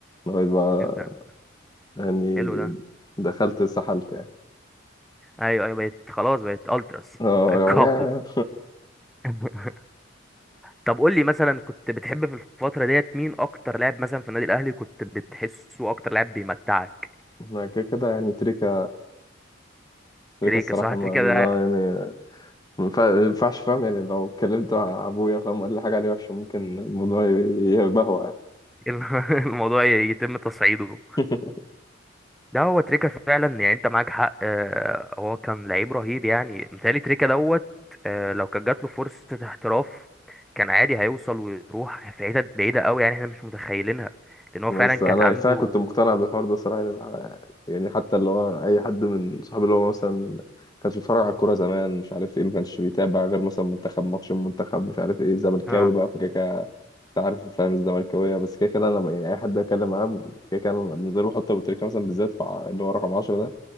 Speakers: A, on the left; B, in the centre.
A: لغايه بقى
B: إيه ده
A: يعني
B: حلو ده
A: دخلت اتسحلت يعني
B: ايوه ايوه بقيت خلاص بقيت التراس
A: اه
B: بقيت كابو
A: يعني
B: <laughs> طب قول لي مثلا كنت بتحب في الفترة ديت مين أكتر لاعب مثلا في النادي الأهلي كنت بتحسه أكتر لاعب بيمتعك؟
A: <laughs> أنا كده كده يعني تريكا تريكا
B: تريكة
A: الصراحة
B: صح
A: ما
B: تريكة
A: أنا
B: ده
A: يعني ما ينفع- ما ينفعش فاهم يعني لو اتكلمت مع أبويا فاهم ولا حاجة عليه وحشة ممكن الموضوع ي- يبهوأ يعني
B: <laughs> الموضوع يتم تصعيده
A: <laughs>
B: ده هو تريكة فعلا يعني أنت معاك حق آه، هو كان لعيب رهيب يعني متهيألي تريكة دوت آه، لو كانت جات له فرصة احتراف كان عادي هيوصل ويروح في حتت بعيدة أوي يعني احنا مش متخيلينها لأن هو
A: بس
B: فعلا كانت
A: انا
B: عنده
A: فعلا كنت مقتنع بالحوار ده صراحه يعني يعني حتى اللي هو اي حد من صحابي اللي هو مثلا ما كانش بيتفرج على الكوره زمان مش عارف ايه ما كانش بيتابع غير مثلا منتخب ماتش المنتخب مش عارف ايه زملكاوي
B: اه
A: بقى فكده كده انت عارف فاهم الزملكاويه بس كده كده انا بقى يعني اي حد اتكلم معاه كده كده أنا بالنسبه لي بحط ابو تريكه مثلا بالذات في اللي هو رقم 10 ده